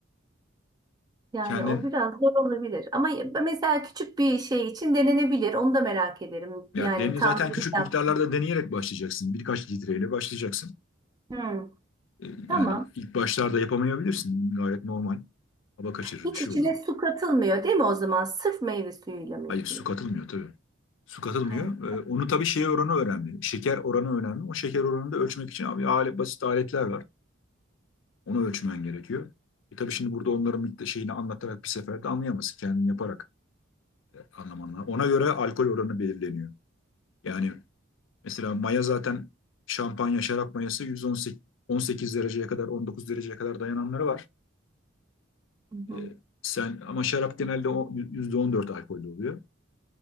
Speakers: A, on the right; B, on the left.
A: Yani
B: kendin
A: o biraz zor olabilir. Ama mesela küçük bir şey için denenebilir. Onu da merak ederim.
B: yani
A: Yani
B: deni
A: tam
B: zaten
A: bir
B: küçük
A: yaptım.
B: miktarlarda deneyerek başlayacaksın. Birkaç litreyle başlayacaksın.
A: Hmm.
B: E,
A: Tamam.
B: yani ilk başlarda yapamayabilirsin. Gayet normal. Hava kaçırır
A: Hiç
B: bir şey
A: içine
B: olur.
A: su katılmıyor değil mi o zaman? Sırf meyve suyuyla mı
B: Hayır
A: yapılıyor?
B: su katılmıyor tabii. Su katılmıyor.
A: Evet.
B: E, onu tabii şey oranı önemli. Şeker oranı önemli. O şeker oranını da ölçmek için abi alet, basit aletler var. Onu ölçmen gerekiyor. E tabii şimdi burada onların mikta- şeyini anlatarak bir seferde anlayamazsın. Kendin yaparak e, anlaman lazım. Ona göre alkol oranı belirleniyor. Yani mesela maya zaten şampanya, şarap mayası 118 18 dereceye kadar, 19 dereceye kadar dayananları var.
A: Hı hı.
B: E, sen ama şarap genelde o- %14 alkollü oluyor.